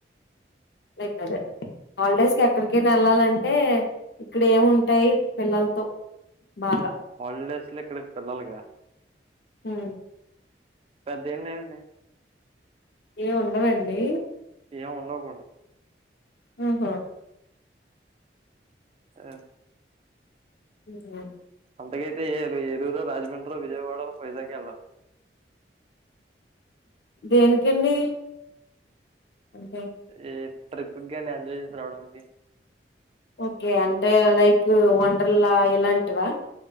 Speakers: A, on the left; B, on the right.
A: లైక్ అదె హాలిడేస్ కి ఎక్కడికైన వెళ్లాలంటె ఇక్కడ ఏముంటాయి పిల్లలతో బాగ
B: హాలిడేస్ లొ ఇక్కడికి పిల్లాల్ గా
A: హు
B: పెద్ద ఎంలేదండి
A: ఏ ఉండదండి
B: ఏం ఉండవు కూడా
A: ఆహా
B: ఆ
A: ఉహు
B: అంతగ ఐతే ఏ ఏలూరో, రాజమండ్రో, విజయవాడో, వైజాగొ ఎల్లా.
A: దేనికండి అంటే
B: ఏ ట్రిప్కి గాని ఎంజాయ్ చేసి రావడానికి
A: ఓకె అంటె లైక్ వండర్లా ఇలాంటివా